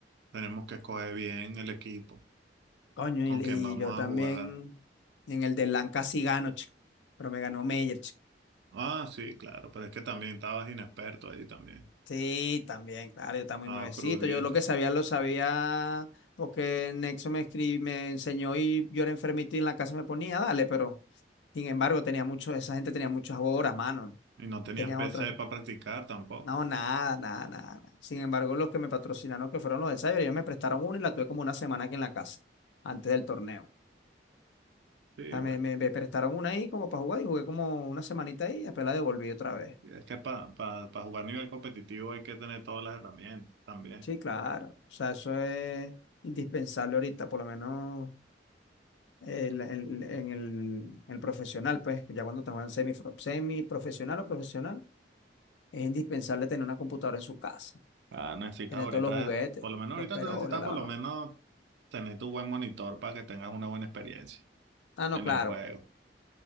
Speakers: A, on the right; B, on the left.
A: tenemos que escoger bien el equipo
B: Coño,
A: con
B: y, le-
A: quien
B: y
A: vamos
B: yo
A: a
B: también
A: jugar.
B: en el de Lanca sí gano, chico. Pero me ganó Meyer,
A: Ah, sí, claro, pero es que también estabas inexperto ahí también.
B: Sí, también, claro, yo estaba muy
A: Ah,
B: nuevecito.
A: crudito.
B: Yo lo que sabía lo sabía porque Nexo me escri- me enseñó y yo era enfermito y en la casa me ponía, dale, pero sin embargo tenía mucho, esa gente tenía muchas horas, mano.
A: Y no tenías
B: Tenían
A: PC
B: otros.
A: para practicar tampoco.
B: No, nada, nada, nada. nada. Sin embargo, los que me patrocinaron, que fueron los del Cyber, ellos me prestaron una y la tuve como una semana aquí en la casa, antes del torneo.
A: Sí,
B: También
A: bueno,
B: me, me prestaron una ahí como para jugar y jugué como una semanita ahí y después la devolví otra vez.
A: es que para jugar nivel competitivo hay que tener todas las herramientas también.
B: Sí, claro. O sea, eso es indispensable ahorita, por lo menos. el- el- en el, el profesional, pues, ya cuando estamos en semi, semiprofesional o profesional, es indispensable tener una computadora en su casa,
A: Ah, necesitas
B: tener
A: ahorita,
B: todos los juguetes,
A: por lo menos
B: los
A: ahorita
B: peroles,
A: tú necesitas
B: la
A: por lo
B: no.
A: menos tener tu buen monitor para que tengas una buena experiencia
B: Ah, no,
A: en
B: claro,
A: el juego.